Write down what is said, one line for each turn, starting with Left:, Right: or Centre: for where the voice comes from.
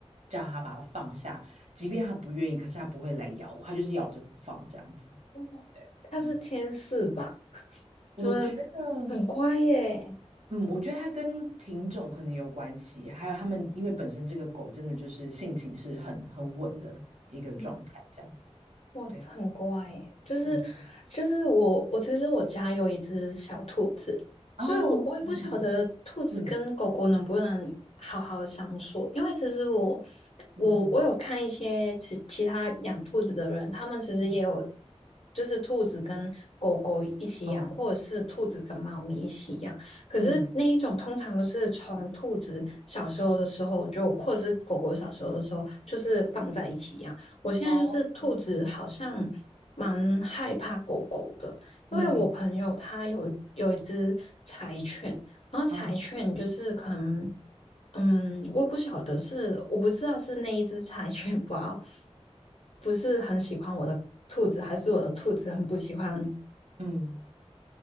Right: 叫它把它放下，即便他不愿意，可是他不会来咬我，他就是咬着不放这样子。
Left: 哇
Right: 对，
Left: 它是天使吧？
Right: 嗯，
Left: <laughs>
Right: 我觉得，
Left: 怎么很乖耶？
Right: 嗯，我觉得它跟品种可能有关系，还有他们因为本身这个狗真的就是性情是很很稳的一个状态，
Left: 嗯
Right: 这样。
Left: 哇，
Right: 对，
Left: 很乖耶，就是
Right: 没错。
Left: 就是我我其实我家有一只小兔子，所以我我也不晓得兔子跟狗狗能不能好好的相处，
Right: 哦，嗯嗯
Left: 因为其实我
Right: 嗯嗯
Left: 我我有看一些其其他养兔子的人，他们其实也有
Right: 嗯
Left: 就是兔子跟狗狗一起养，
Right: 嗯，哦，
Left: 或者是兔子跟猫咪一起养，可是那一种通常都是从兔子小时候的时候就，
Right: 嗯
Left: 或者是狗狗小时候的时候，就是放在一起养。我现在就是兔子，
Right: 哦，
Left: 好像蛮害怕狗狗的，
Right: 嗯
Left: 因为我朋友他有有一只柴犬，
Right: 嗯嗯
Left: 然后柴犬就是可能，
Right: 哦
Left: 嗯，我不晓得是我不知道是那一只柴犬 <laughs> 不好，不是很喜欢我的兔子，还是我的兔子很不喜欢
Right: 嗯